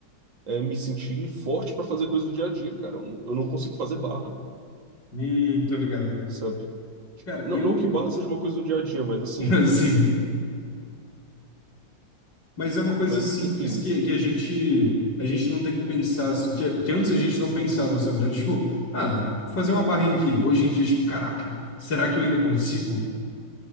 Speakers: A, on the right (about 85°); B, on the left (about 70°).
A: é me sentir forte para fazer coisas do dia a dia, cara. Eu não eu não consigo fazer barra,
B: Hum, tô ligado.
A: sabe?
B: Cara,
A: Não,
B: eu.
A: não que barra seja uma coisa do dia a dia, mas assim.
B: <laughs> Sim. Mas é uma coisa
A: Mas,
B: simples
A: enfim.
B: que, que a gente a gente não tem que pensar, assim, que, que antes a gente não pensava sobre. Era tipo, ah, fazer uma barrinha aqui. Hoje em dia, tipo, caraca, será que eu ainda consigo?